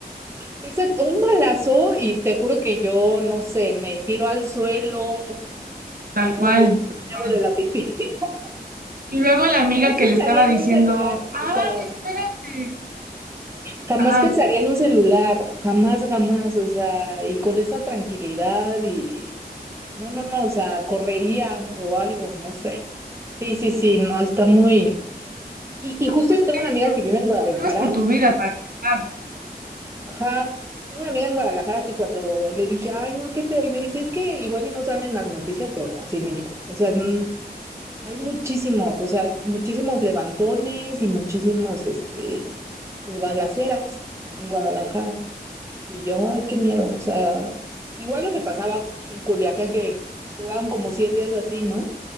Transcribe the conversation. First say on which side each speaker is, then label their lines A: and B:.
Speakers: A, on the right (about 15°); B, on the right (about 60°).
A: Exacto, un balazo y te juro que yo, no sé, me tiro al suelo,
B: Tal
A: me
B: cual,
A: hago de la,
B: tal
A: me
B: cual.
A: hago de la pipí. <laughs>
B: Y luego la amiga
A: Jamás
B: que
A: pensaría
B: le estaba
A: en
B: diciendo,
A: un celular,
B: ah,
A: o sea,
B: espérate,
A: jamás
B: ajá,
A: pensaría
B: no,
A: en un celular, jamás, jamás, o sea, y con esa tranquilidad y, no, no, no, o sea, correría o algo, no sé. Sí, sí, sí, no, está muy... Y, y justo
B: pues
A: yo tengo
B: temes
A: una amiga
B: por
A: que
B: tu,
A: vive en Guadalajara
B: temes por tu vida para empezar.
A: Ajá, tengo una amiga en Guadalajara que cuando le dije, ay, no, qué feo, y me dice, es que igual y no salen las noticias, pero así me dijo, o sea, n- hay muchísimos, o sea, muchísimos levantones y muchísimos, este, pues, balaceras en Guadalajara. Y yo, ay, qué miedo. O sea, igual lo que pasaba en Culiacán, que duraban como 100 días así, ¿no?